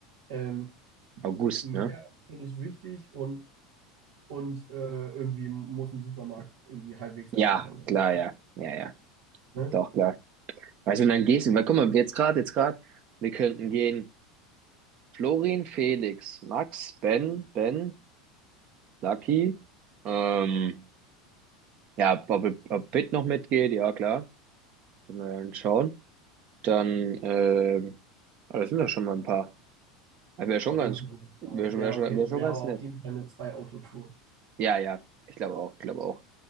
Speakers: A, on the right (about 80°); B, on the right (about 50°).
A: Ähm,
B: August,
A: Meer
B: ne?
A: finde ich wichtig und, und äh, irgendwie muss ein Supermarkt irgendwie halbwegs
B: Ja,
A: erreichbar sein.
B: klar, ja. Ja, ja,
A: Ne?
B: doch, klar. Weißt du, und dann gehst du, weil guck mal, jetzt gerade, jetzt gerade, wir könnten gehen Florin, Felix, Max, Ben, Ben, Lucky, ähm, ja, ob, ob Pitt noch mitgeht, ja, klar, können wir ja dann schauen. Dann, ähm, ah, das sind doch schon mal ein paar. Wäre schon
A: Auf
B: ganz,
A: jeden Fall
B: wäre
A: wäre
B: schon, wär schon,
A: auf, je-
B: wär schon
A: wär
B: ganz
A: aber auf
B: nett.
A: jeden Fall eine Zwei-Auto-Tour.
B: Ja, ja, ich glaube auch, ich glaube auch.